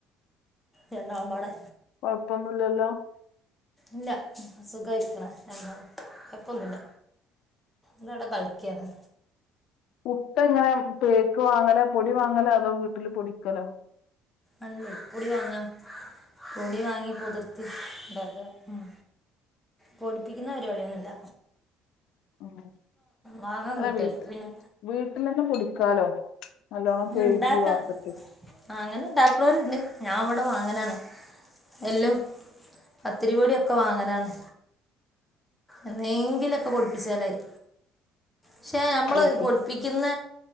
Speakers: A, in the centre; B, on the left (about 70°).
A: രണ്ടാൾമ്പാടെ
B: കുഴപ്പൊന്നുല്ലല്ലോ
A: ഇല്ല സുഖായിരിക്ക്ണ് രാണ്ടാളു എപ്പൊന്നുല്ല ന്നവിടെ കളിക്ക്യാണ്
B: മുട്ട ഇങ്ങനെ പേക്ക് വാങ്ങല പൊടി വാങ്ങല അതോ വീട്ടിൽ പൊടിക്കലോ
A: അല്ലെ പ്പൊടി വാങ്ങ പൊടി വാങ്ങി പൊതിർത്ത് ണ്ടാക ഉം പൊടിപ്പിക്കുന്ന പരിപാടിയൊന്നുല്ല
B: ഉം
A: വാങ്ങാൻ
B: അതെ
A: കിട്ടുമല്ലോ
B: വീട്
A: പിന്നെ
B: വീട്ടിന്നെക്കെ പൊടിക്കാലോ നല്ലോണം
A: ങ്ങുണ്ടാക്ക
B: കഴുകി വാർത്തിട്ട്
A: ആഹ് അങ്ങനെണ്ടാക്ണോരുണ്ട് ഞാൻ ഇവിടെ വാങ്ങലാണ് എല്ലും പത്തിരിപൊടിയൊക്കെ വാങ്ങലാണ് എന്നേങ്കിലൊക്കെ പൊടിപ്പിച്ചാലായി ക്ഷേ ഞമ്മള്
B: ലേക്ക്
A: പൊടിപ്പിക്കുന്ന